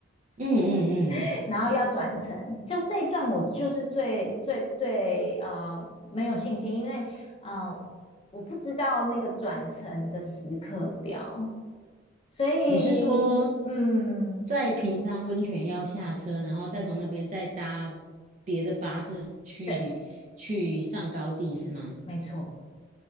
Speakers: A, on the right; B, on the left.
A: 嗯嗯嗯，
B: <laughs> 然后要转乘。就这一段，我就是最最最呃没有信心，因为嗯、呃，我不知道那个转乘的时刻表，所以嗯，
A: 你是说在平昌温泉要下车，然后再从那边再搭别的巴士去去上高地是吗？
B: 对，没错。